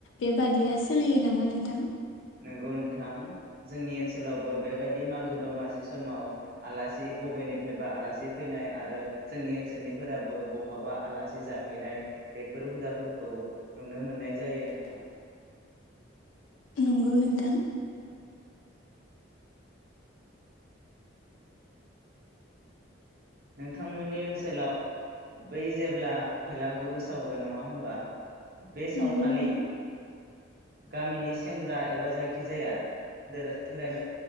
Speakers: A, on the left (about 75°); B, on the right (about 50°).
A: बेबादिया सोलियो नामा नोंथां?
B: नंगौ नोंथां जोंनि ओनसोलावबो बेबायदि मागो दमासि समाव आलासि बबेनिफ्रायबा आलासि फैनाय आरो जोंनि ओनसोलनिफोराबो बहाबा आलासि जाहैनाय बेफोर हुदाफोरखौ नुनो मोननाय जायो नोंथां।
A: नंगौ नोंथां।
B: नोंथांमोननि ओनसोलाव बै जेब्ला भेलागुरु सावगोन नङा होनोमबा? बे सावखालि
A: नंगौ नोंथां
B: गामिनि सेंग्रा एबा जायखिजाया <inaudible> सेंग्रायानो